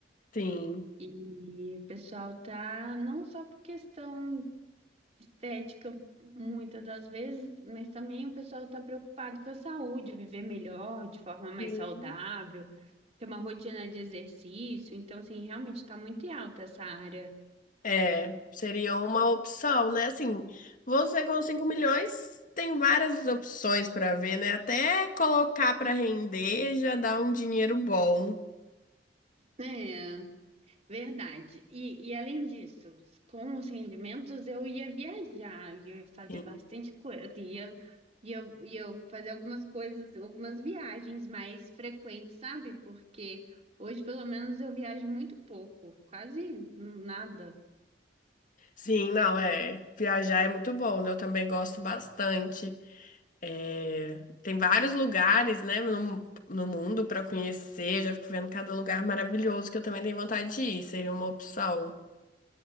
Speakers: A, on the left; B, on the right.
A: Sim.
B: E o pessoal tá não só por questão estética, muitas das vezes, mas também o pessoal está preocupado com a saúde, viver melhor, de forma mais
A: Sim.
B: saudável, ter uma rotina de exercício. Então, assim, realmente está muito em alta essa área,
A: É, seria uma opção, né? Assim, você com 5 milhões tem várias opções para ver, né? Até colocar para render já dá um dinheiro bom.
B: né? Verdade. E, e além disso, com os rendimentos eu ia viajar, ia fazer
A: Sim,
B: bastante coisa, assim, ia, ia, ia fazer algumas coisas, algumas viagens mais frequentes, sabe? Porque hoje, pelo menos, eu viajo muito pouco, quase nada.
A: Sim, não, é. Viajar é muito bom, né? Eu também gosto bastante. É, tem vários lugares, né, no, no mundo para conhecer. Já fico vendo cada lugar maravilhoso que eu também tenho vontade de ir. Seria uma opção.